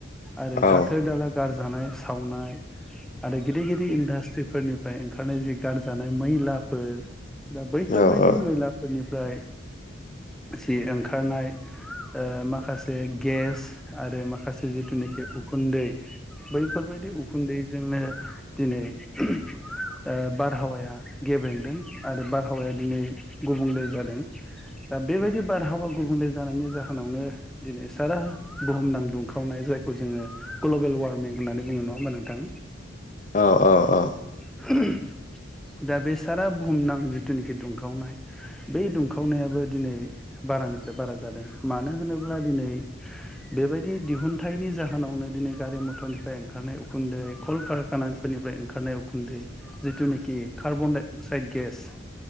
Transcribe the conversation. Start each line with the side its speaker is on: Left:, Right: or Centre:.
Centre: आरो
Left: औ
Centre: दाखोर दाला गारजानाय सावनाय आरो गिदिर गिदिर इन्डासट्रि फोरनिफ्राय ओंखारनाय जि गारजानाय मैला फोर दा बैफोरबायदि
Left: औ
Centre: मैलाफोरनि फ्राय जि ओंखारनाय ओ माखासे गेस आरो माखासे जिथुनाखि उखुन्दै <inaudible> बैफोरबायदि उखुन्दै जोंनो दिनै ओ बारहावाया गेबें दों आरो बार बारहावाया दिनै गुबुंले जादों। दा बेबायदि बारहावा गुबुंले जानायनि जाहोनाव <unintelligible> दिनै सारा बुहुमनां दुंखावनाय जायखौ जोङो ग्लबेल वार्मिं होननानै बुङो नङा होमबा नोंथां?
Left: औ औ औ।
Centre: <unintelligible> दा बे सारा बुहुमनां जिथुनोखि दुंखावनाय बै दुंखावनायाबो दिनै बारानिफ्राय बारा जादों। मानो होनो ब्ला दिनै बेबायदि दिहुनथाइनि जाहोनावनो दिनै गारि मथरनिफ्राय ओंखारनाय उखुन्दै कलकारखानाफोरनिफ्राय ओंखारनाय उखुन्दै जिथुनोखि कार्बन डाइ गेस